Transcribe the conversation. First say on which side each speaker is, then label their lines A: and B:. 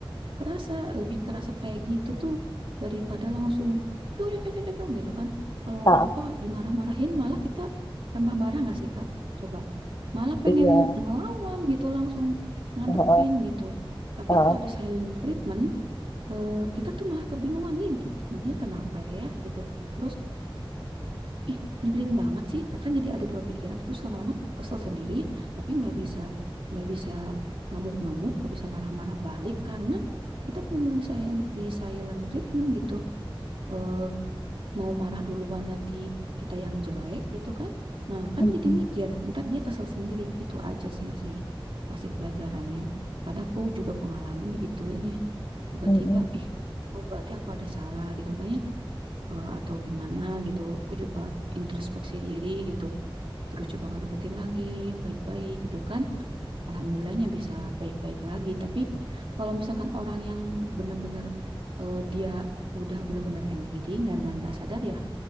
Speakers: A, on the right; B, on the left.
A: kerasa lebih kerasa kayak gitu tuh daripada langsung "Pyong, pyong, pyong, pyong, pyong," gitu kan. Kalau
B: Ah,
A: apa dimarah-marahin malah kita tambah marah nggak sih, Kak? Coba. Malah pengen
B: iya.
A: ngelawan gitu langsung ngadepin
B: Heeh,
A: gitu. Tapi
B: heeh.
A: kalau di silent treatment eh, kita tuh malah kebingungan nih dia kenapa ya gitu terus ih nyebelin banget sih nah kan jadi ada dua pikiran terus lama-lama kesel sendiri tapi nggak bisa nggak bisa ngamuk-ngamuk nggak bisa marah-marah balik karena kita benar-benar di silent, di silent treatment gitu Eh, mau marah duluan nanti kita yang jelek gitu kan nah kan
B: Mm-mm,
A: jadi mikir ntar dia kesel sendiri itu aja sih ngasih ngasih pelajarannya karena aku juga pengalaman digituin tiba-tiba
B: mm-mm.
A: ih oh berarti aku ada salah gitu kan ya Eh, atau gimana gitu aku coba introspeksi diri gitu terus coba ngedeketin lagi baik-baik gitu kan alhamdulillahnya bisa baik-baik lagi tapi kalau misalkan orang yang bener-bener eh, dia udah bener-bener NPD nggak dan nggak sadar ya